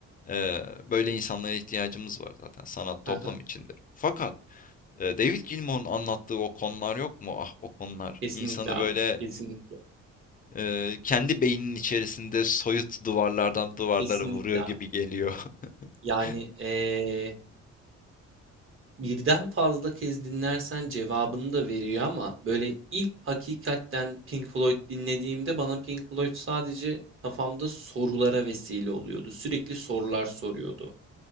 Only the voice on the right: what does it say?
Hı
Kesinlikle
abi.
Kesinlikle.
Kesinlikle
abi.
Yani,
eee, birden fazla kez dinlersen cevabını da veriyor ama böyle ilk hakikatten Pink Floyd dinlediğimde bana Pink Floyd sadece kafamda sorulara vesile oluyordu. Sürekli sorular soruyordu.